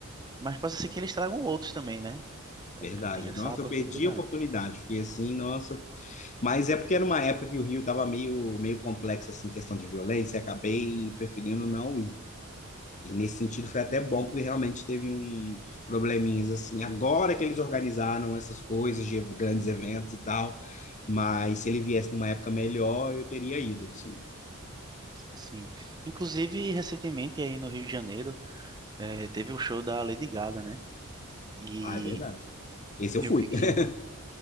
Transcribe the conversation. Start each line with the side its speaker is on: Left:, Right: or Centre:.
Right: mas possa ser que eles tragam outros também, né?
Left: É verdade.
Right: É, tem essa
Left: Nossa,
Right: possibilidade.
Left: eu perdi a oportunidade. Fiquei assim, nossa. Mas é porque era uma época que o Rio estava meio, meio complexo, assim, questão de violência, e acabei preferindo não ir. E nesse sentido foi até bom, porque realmente teve uns probleminhas assim. Agora que eles organizaram essas coisas de grandes eventos e tal, mas se ele viesse numa época melhor, eu teria ido, assim.
Right: Sim. Inclusive, recentemente aí no Rio de Janeiro, eh, teve o show da Lady Gaga, né? E
Left: Ah, é verdade. Esse eu
Right: eu
Left: fui.
Right: vi que.
Left: <laughs>